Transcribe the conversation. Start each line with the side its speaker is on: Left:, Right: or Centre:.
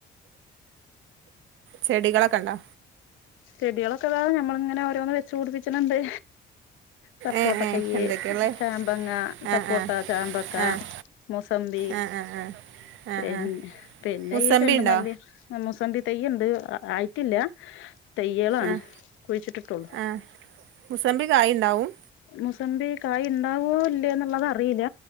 Right: ചെടികളൊക്കണ്ടോ
Left: ചെടിളൊക്കെതാ നമ്മള് ഇങ്ങനെ ഓരോന്ന് വെച്ചു പുടിപ്പിച് ണ് ണ്ട്. സപ്പോട്ട
Right: ഏഹ് ഏഹ്
Left: തയ്യ്
Right: എന്തൊക്കെയാ ഉള്ളെ
Left: ചാമ്പങ്ങ സപ്പോട്ടാ
Right: ആഹ് ആഹ്
Left: ചാമ്പക്ക
Right: ആഹ്
Left: മുസമ്പി
Right: ആഹ് ആഹ് ആഹ് ആഹ്
Left: പിന്നെ
Right: ആഹ്
Left: പിന്നെ
Right: മുസമ്പി
Left: ഈ ചെണ്ടുമല്ലി
Right: ഉണ്ടോ
Left: മുസമ്പി തേയ്യ് ത് ആയിട്ടില്ല തൈയ്യാലാണ്
Right: ആഹ്
Left: കുഴിച്ചിട്ടിട്ടൊള്ളൂ.
Right: ആഹ് മുസമ്പി കായ് ഉണ്ടാവും
Left: മുസമ്പി കായ് ഉണ്ടാവോ ഇല്ലേ എന്നുള്ളത് അറിയില്ല